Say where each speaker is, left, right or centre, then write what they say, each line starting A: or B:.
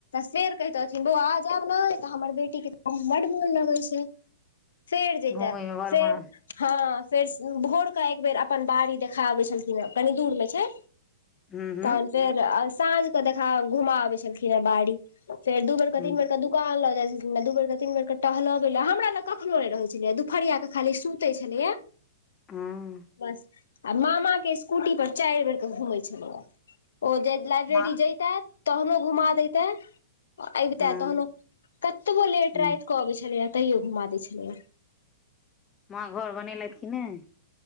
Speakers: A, on the left; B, on the left.
A: फेर कहितौथिन बौआ जाएब नै त हमर बेटीके बड़ मोन लगै छै। फेर जैता
B: घूमय मे बड़
A: फेर
B: मन
A: हँ फेर स भोर तऽ एक बेर अपन बाड़ी देखा आबै छलखिने, कनी दूर मे छै
B: हूँ हूँ
A: तहन फेर साँझ क देखा- घुमा आबै छलखिन हें बाड़ी, फेर दू बेर के
B: हूँ
A: तीन बेर के दू कान लऽ जाइ छलखिने दू बेर के तीन बेर के टहलबै ले, हमरा लग कखनो नै रहै छलै दुपहरिया के खाली सुतै छलैए
B: हूँ
A: बस, आ मामा के स्क कूटी पर चारि बेरक घुमै छलैया, ओ जे लाइब्रेरी
B: माँ
A: जैतेथ, तहनो घुमा दैते। अबितै
B: हँ
A: तहनो, कतबो लेट
B: हूँ
A: रातिक अबै छलैया तैयो घुमा दै छलैये।
B: माँ घर बनेलथि की नै?